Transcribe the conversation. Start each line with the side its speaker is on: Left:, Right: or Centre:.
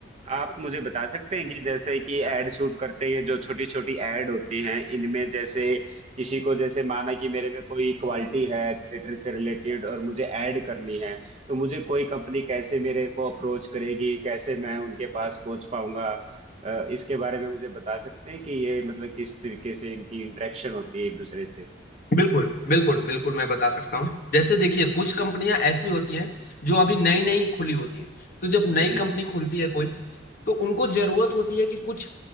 Right: आप मुझे बता सकते हैं कि जैसे कि एड शूट करते हैं जो छोटी छोटी एड होती हैं इनमें जैसे किसी को जैसे माना कि मेरे में कोई क्वालिटी है थिएटर से रिलेटेड और मुझे ऐड करनी है तो मुझे कोई कंपनी कैसे मेरे को अप्रोच करेगी कैसे मैं उनके पास पहुंच पाऊंगा अ, इसके बारे में मुझे बता सकते हैं कि ये मतलब किस तरीके से इनकी इंटरेक्शन होती है एक दूसरे से
Left: बिल्कुल बिल्कुल बिल्कुल मैं बता सकता हूँ जैसे देखिए कुछ कंपनियां ऐसी होती हैं जो अभी नई नई खुली होती है तो जब नई
Right: जी
Left: कंपनी खुलती है कोई तो उनको जरूरत होती है कि कुछ